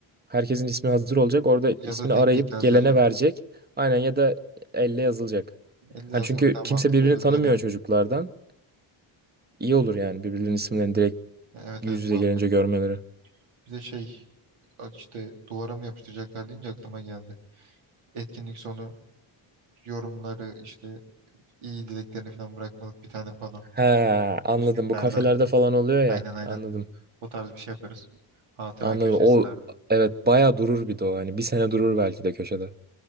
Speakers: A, on the right; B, on the right.
A: Herkesin ismi hazır olacak. Orada
B: Ya
A: ismini
B: da tek
A: arayıp
B: tek yazacağız
A: gelene
B: orada.
A: verecek. Aynen ya da elle yazılacak.
B: Elle
A: Hani
B: yazmak
A: çünkü
B: daha mantıklı
A: kimse birbirini
B: olabilir
A: tanımıyor
B: ya.
A: çocuklardan. İyi olur yani birbirlerinin isimlerini direkt
B: Evet
A: yüz
B: evet
A: yüze
B: mantıklı.
A: gelince görmeleri.
B: Bir de şey işte duvara mı yapıştıracaklar deyince aklıma geldi. Etkinlik sonu yorumları işte iyi dileklerini falan bırakmalık bir tane pano.
A: He anladım.
B: Postitlerden.
A: Bu kafelerde falan oluyor ya.
B: Aynen aynen.
A: Anladım.
B: O tarz bir şey yaparız. Hatıra
A: Anladım.
B: köşesi
A: O
B: tarzı.
A: evet bayağı durur bir de o. Hani bir sene durur belki de köşede.